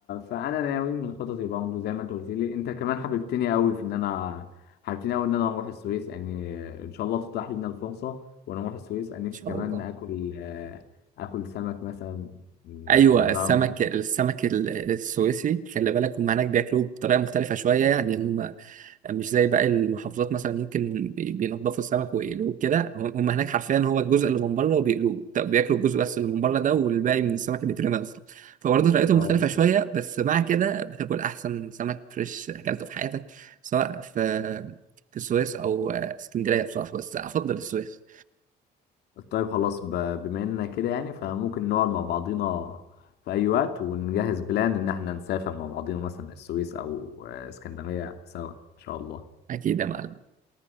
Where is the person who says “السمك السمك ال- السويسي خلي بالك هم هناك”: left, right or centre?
Right